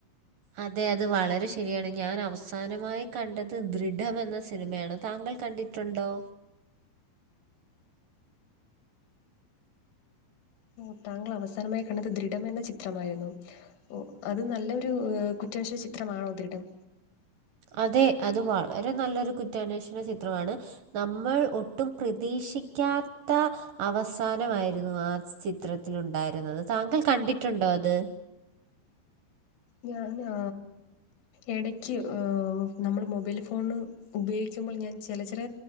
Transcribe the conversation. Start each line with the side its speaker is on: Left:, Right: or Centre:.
Right: അതെ അത് വളരെ ശരിയാണ്. ഞാൻ അവസാനമായി കണ്ടത് ദൃഢം എന്ന സിനിമയാണ് താങ്കൾ കണ്ടി ട്ടുണ്ടോ
Left: ഓ താങ്കൾ അവസാനമായി കണ്ടത് ദൃഢം എന്ന ചിത്രമായിരുന്നോ? ഓഹ് അത് നല്ലൊരു കുറ്റന്വേഷണ ചിത്രമാണോ ദൃഢം.
Right: അതെ അത് വളരെ നല്ലൊരു കുറ്റാന്വേഷണ ചിത്രമാണ്, നമ്മൾ ഒട്ടും പ്രതീക്ഷിക്കാത്ത അവസാനമായിരുന്നു ആ ചിത്രത്തിലുണ്ടായിരുന്നത് താങ്കൾ കണ്ടിട്ടുണ്ടോ അത്?
Left: ഞാനാ ഇടക്ക് നമ്മള് മൊബൈൽ ഫോണ് ഉപയോഗിക്കുമ്പോൾ ഞാൻ ചെല ചെല